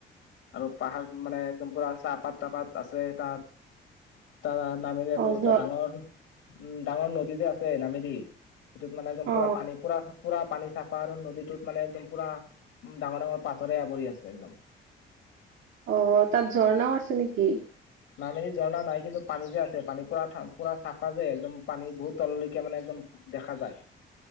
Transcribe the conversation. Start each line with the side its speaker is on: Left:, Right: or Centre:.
Left: আৰু পাহাৰ মানে একদম পুৰা চাহপাত টাহপাত আছে তাত। তাত নামেৰি আকৌ
Right: অ
Left: এটা
Right: ঝ
Left: ডাঙৰ উম, ডাঙৰ নদীযে আছে নামেৰি। সেইটোত মানে একদম
Right: অ
Left: পুৰা পানী পুৰা পুৰা পানী চাফা, আৰু নদীটোত মানে একদম পুৰা ডাঙৰ ডাঙৰ পাথৰে আৱৰি আছে একদম।
Right: অ', তাত ঝৰ্ণাও আছে নেকি?
Left: নামেৰীত ঝৰ্ণা নাই, কিন্তু পানী যে আছে, পানী পুৰা পুৰা চাফা যে একদম। পানী বহুত তললৈকে মানে একদম দেখা যায়।